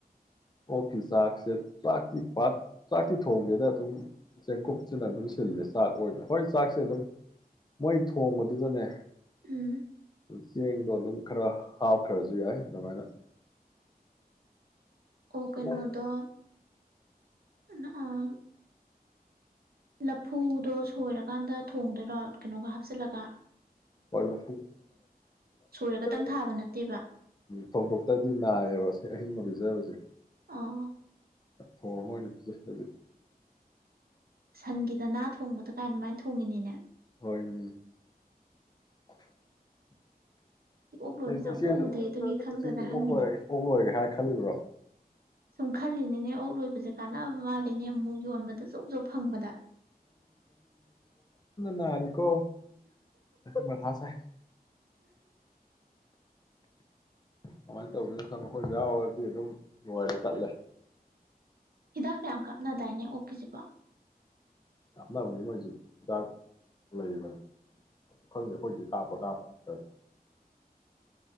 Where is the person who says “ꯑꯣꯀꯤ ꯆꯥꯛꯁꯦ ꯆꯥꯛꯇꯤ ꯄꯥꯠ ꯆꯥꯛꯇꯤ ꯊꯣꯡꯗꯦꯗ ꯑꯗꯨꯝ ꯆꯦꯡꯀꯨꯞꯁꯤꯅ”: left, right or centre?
Left